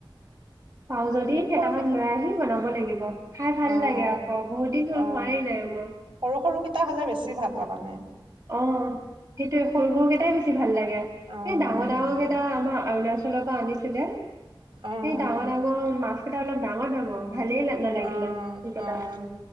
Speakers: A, on the right; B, on the right.
A: পাওঁ যদি কেইটামান
B: কি
A: লৈ আহিম বনাব লাগিব খাই ভাল
B: অ
A: লাগে
B: অ
A: আকৌ বহুত দিন হ'ল
B: অ
A: হোৱাই নাইমই
B: সৰু সৰু কেইটা হ'লে বেছি ভাল পাবানে
A: অ সেইটোয়ে সৰু সৰু কেইটাই বেছি ভাল লাগে।
B: অ
A: এই ডাঙৰ
B: উম
A: ডাঙৰ কেইটা আমাৰ অৰুণাচলৰ পৰা আনিছিলে সেই
B: অ অ
A: ডাঙৰ ডাঙৰ মাছ কটা অলপ ডাঙৰ ডাঙৰ ভালেই নালাগিলে
B: অ',
A: সেইকেইটা
B: অ',